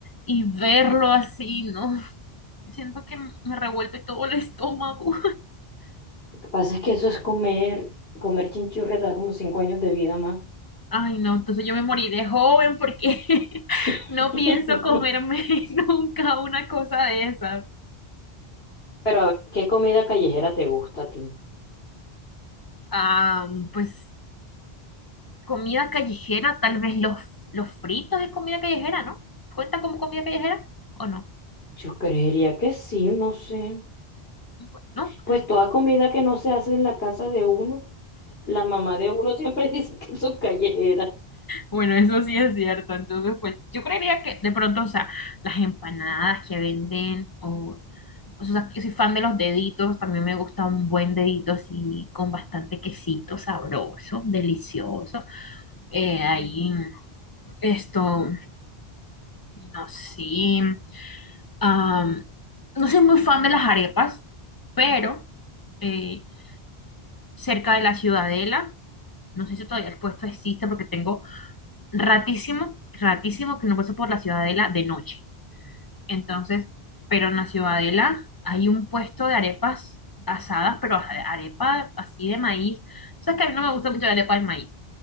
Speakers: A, on the left; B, on the left.
A: y verlo así, ¿no? Siento que me revuelve todo el estómago.
B: Lo que pasa es que eso es comer, comer chinchurria te da como cinco años de vida más.
A: Ay, no, entonces yo me morí de joven porque <laughs>
B: <laughs>
A: no pienso comerme <laughs> nunca una cosa de esas.
B: Pero a ver, ¿qué comida callejera te gusta a ti?
A: Ah, pues comida callejera, tal vez los, los fritos es comida callejera, ¿no? ¿Cuenta como comida callejera o no?
B: Yo creería que sí, no sé.
A: Bueno,
B: Pues toda comida que no se hace en la casa de uno, La mamá de uno siempre <laughs> dice que son callejeras.
A: Bueno, eso sí es cierto. Entonces, pues yo creería que de pronto, o sea, las empanadas que venden, o, o sea, yo soy fan de los deditos, también me gusta un buen dedito así con bastante quesito sabroso, delicioso. Eh, ahí, esto, no sé, am, no soy muy fan de las arepas, pero eh, cerca de la Ciudadela, no sé si todavía el puesto existe porque tengo ratísimo, ratísimo que no paso por la Ciudadela de noche. Entonces, pero en la Ciudadela hay un puesto de arepas asadas, pero a- arepa así de maíz. O sea, es que a mí no me gusta mucho la arepa de maíz,